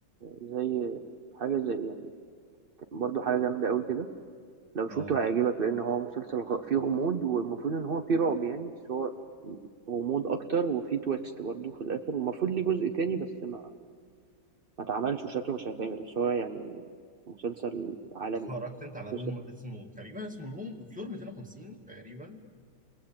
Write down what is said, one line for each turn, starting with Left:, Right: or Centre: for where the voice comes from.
Right: زي حاجة زي يعني برضو حاجة جامدة قوي كده لو
Centre: اه
Right: شفته هيعجبك لأن هو مسلسل غ- فيه غموض والمفروض إن هو فيه رعب يعني بس هو غموض أكتر وفيه تويست برضو في الآخر والمفروض ليه جزء تاني بس ما ما اتعملش وشكله مش هيتعمل بس هو يعني مسلسل عالمي
Centre: اتفرجت انت على روم
Right: مسلسل
Centre: اسمه تقريبا اسمه روم فلور 250 تقريبا